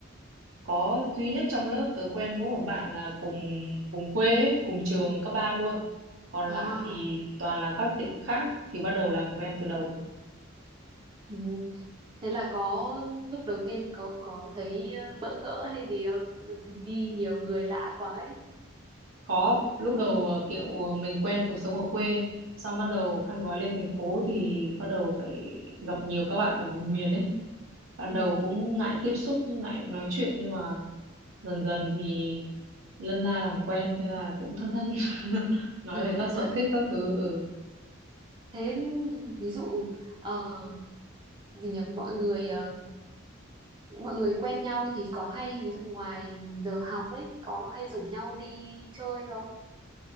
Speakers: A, on the right (about 80°); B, on the right (about 25°).
A: có duy nhất trong lớp tớ quen mỗi một bạn là cùng cùng quê ấy, cùng trường cấp ba luôn còn
B: À,
A: lại thì toàn là các tỉnh khác thì bắt đầu làm quen từ đầu
B: ừ. Thế là có lúc đầu tiên có có thấy ờ, bỡ ngỡ hay gì không đi đi nhiều người lạ quá ấy
A: có lúc đầu ờ, kiểu ờ, mình quen cuộc sống ở quê xong bắt đầu khăn gói lên thành phố thì bắt đầu phải gặp nhiều các bạn ở vùng miền ấy ban
B: ừ.
A: đầu cũng ngại tiếp xúc ngại nói chuyện nhưng mà dần dần thì lân la làm quen thế là cũng thân thân <laughs> nói
B: à,
A: về các sở thích các thứ ừ.
B: thế ví dụ ờ, gì nhỉ mọi người ờ, mọi người quen nhau thì có hay ví dụ ngoài giờ học ấy có hay rủ nhau đi chơi không